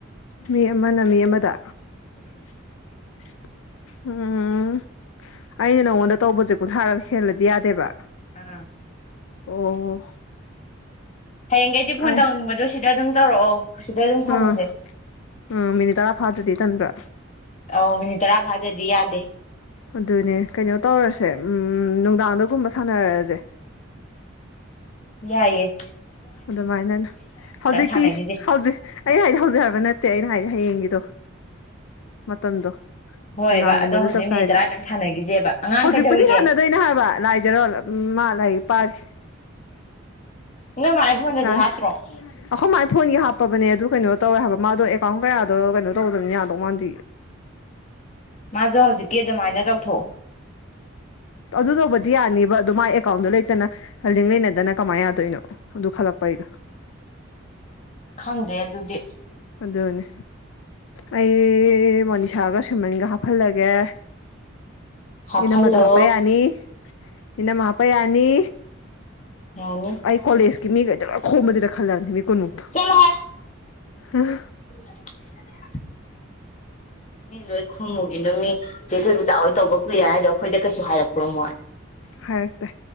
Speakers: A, on the left; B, on the left.
A: ꯃꯤ ꯑꯃꯅ ꯃꯤ ꯑꯃꯗ
B: ꯎꯝ
A: <unintelligible> ꯎꯝ ꯑꯩꯅ ꯅꯉꯣꯟꯗ ꯇꯧꯕꯁꯦ ꯀꯨꯟꯊꯥꯔꯒ ꯍꯦꯜꯂꯗꯤ ꯌꯥꯗꯦꯕ
B: ꯑꯥ
A: ꯑꯣ
B: ꯍꯌꯦꯡꯒꯩꯗꯤ ꯐꯣꯟ
A: ꯑꯩ
B: ꯇꯧꯅꯤꯡꯕꯗꯣ ꯁꯤꯗ ꯑꯗꯨꯝ ꯇꯧꯔꯛꯑꯣ ꯁꯤꯗ ꯑꯗꯨꯝ ꯁꯥꯟꯅꯖꯩ
A: ꯑꯥ ꯎꯝ ꯃꯤꯅꯤꯠ ꯇꯔꯥ ꯐꯥꯗꯗꯤ ꯇꯟꯕ꯭ꯔꯥ
B: ꯑ ꯃꯤꯅꯤꯠ ꯇꯔꯥ ꯐꯥꯗꯗꯤ ꯌꯥꯗꯦ
A: ꯑꯗꯨꯅꯦ ꯀꯩꯅꯣ ꯇꯧꯔꯁꯦ ꯎ ꯅꯨꯡꯗꯥꯡꯗꯒꯨꯝꯕ ꯁꯥꯟꯅꯔꯛꯁꯦ
B: ꯌꯥꯏꯌꯦꯦ
A: ꯑꯗꯨꯃꯥꯏꯅꯅ ꯍꯧꯖꯤꯛꯀꯤ
B: ꯁꯥꯟꯅꯈꯤꯁꯦ
A: ꯍꯧꯖꯤꯛ ꯑꯩ ꯍꯥꯏꯗꯤ ꯍꯧꯖ ꯍꯥꯏꯕ ꯅꯠꯇꯦ ꯑꯩꯅ ꯍꯥꯏꯗꯤ ꯍꯌꯦꯡꯒꯤꯗꯣ ꯃꯇꯝꯗꯣ
B: ꯍꯣꯏꯕ
A: ꯅꯨꯡꯗꯥꯡꯒꯨꯝꯕꯗ
B: ꯑꯗꯣ ꯍꯧꯖꯤꯛ
A: ꯆꯞ ꯆꯥꯏꯗꯅ
B: ꯃꯤꯅꯤꯠ ꯇꯔꯥꯗꯪ ꯁꯥꯟꯅꯈꯤꯁꯦꯕ ꯑꯉꯥꯡ
A: ꯍꯧꯖꯤꯛꯄꯨꯗꯤ
B: ꯀꯩꯗꯧꯔꯤꯒꯦ
A: ꯁꯥꯟꯅꯗꯣꯏꯅꯦ ꯍꯥꯏꯕ ꯂꯥꯏꯖꯔꯣ ꯎꯝ ꯃꯥꯂꯒꯤ ꯄꯥꯔ
B: ꯅꯣꯏ ꯃꯥꯏ ꯐꯣꯟꯗꯗꯤ
A: ꯑ
B: ꯍꯥꯞꯇ꯭ꯔꯣ
A: ꯑꯩꯈꯣꯏ ꯃꯥꯏ ꯐꯣꯟꯒꯤ ꯍꯥꯞꯄꯕꯅꯦ ꯑꯗꯨ ꯀꯩꯅꯣ ꯇꯧꯋꯦ ꯍꯥꯏꯕ ꯃꯥꯗꯣ ꯑꯦꯀꯥꯎꯟ ꯀꯌꯥꯗꯣ ꯀꯩꯅꯣ ꯇꯧꯗꯕꯅꯤ ꯌꯥꯗꯧ ꯃꯥꯟꯗ꯭
B: ꯃꯥꯁꯨ ꯍꯧꯖꯤꯛꯀꯤ ꯑꯗꯨꯃꯥꯏꯅ ꯇꯧꯊꯣꯛꯑꯣ
A: ꯑꯗꯨ ꯇꯧꯕꯗꯤ ꯌꯥꯅꯤꯕ ꯑꯣ ꯃꯥꯏ ꯑꯦꯀꯥꯎꯟꯗꯣ ꯂꯩꯇꯅ ꯍꯜꯗꯤꯡ ꯂꯩꯅꯗꯅ ꯀꯃꯥꯏꯅ ꯌꯥꯗꯣꯏꯅꯣ ꯗꯨꯈ ꯂꯥꯛꯄ ꯏꯗ
B: ꯈꯪꯗꯦ ꯑꯗꯨꯗꯤ
A: ꯑꯗꯅꯦ ꯑꯩ ꯃꯣꯅꯤꯁꯥꯒ ꯁꯨꯃꯟꯒ ꯍꯥꯞꯍꯜꯂꯒꯦ
B: ꯍꯥꯞꯍꯜꯂꯣ
A: ꯏꯅꯃꯗ ꯍꯥꯄꯌꯥꯅꯤ ꯏꯅꯝ ꯍꯥꯄꯌꯥꯅꯤ
B: ꯌꯥꯅꯤ
A: ꯑꯩ ꯀꯣꯂꯦꯖꯀꯤ ꯃꯤꯈꯩꯗ ꯂ ꯈꯣꯝꯕꯁꯤꯗ ꯈꯜꯂꯅꯤ ꯃꯤ ꯀꯨꯟꯃꯨꯛꯇ
B: ꯆꯜ ꯍꯥꯏ
A: ꯍꯝ
B: <unintelligible> ꯃꯤꯗꯣ ꯑꯩ ꯈꯨꯝꯃꯨꯒꯤꯗ ꯃꯤ ꯆꯦꯊꯣꯏꯕ ꯆꯥꯑꯣꯣꯏ ꯇꯧꯕ ꯀꯨꯏ ꯌꯥ ꯍꯥꯏꯗꯣ ꯑꯩꯈꯣꯏꯗ ꯀꯩꯁꯨ ꯍꯥꯏꯔꯛꯄ꯭ꯔꯣꯃꯣ
A: ꯍꯥꯏ ꯇ